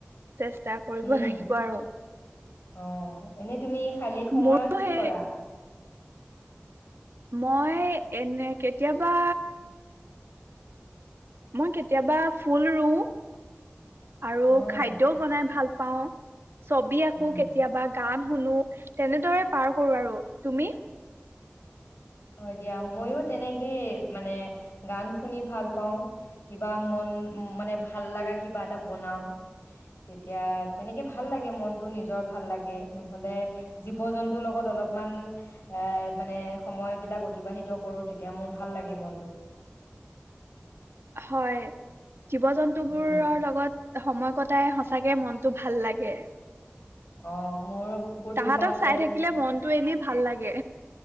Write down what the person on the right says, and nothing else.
চেষ্টা কৰিব
লাগিব আৰু
মোৰো
সেই
মই এনে কেতিয়াবা মই কেতিয়াবা ফুল ৰুওঁ। আৰু
খাদ্যও বনাই ভাল পাওঁ ছবি আকো,
কেতিয়াবা গান শুনো, তেনেদৰে পাৰ কৰো আৰু তুমি?
হয়। জীৱ-জন্তু
বোৰৰ লগত সময় কটাই সঁচাকে মনটো ভাল লাগে।
তাহাঁতক
চাই থাকিলে মনটো এনে ভাল লাগে।